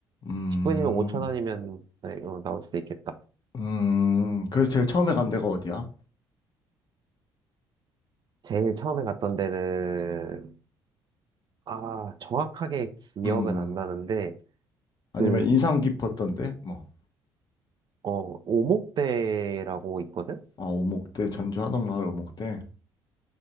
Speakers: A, on the left; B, on the right.
A: 음.
B: 10분이면 5천 원이면 네, 어, 나올 수도 있겠다.
A: 음. 그래서 제일 처음에 간 데가 어디야?
B: 제일 처음에 갔던 데는, 아, 정확하게 기억은
A: 음.
B: 안 나는데,
A: 아니면
B: 그,
A: 인상 깊었던데? 뭐.
B: 어, 오목대라고 있거든?
A: 아, 오목대, 전주 한옥마을 오목대.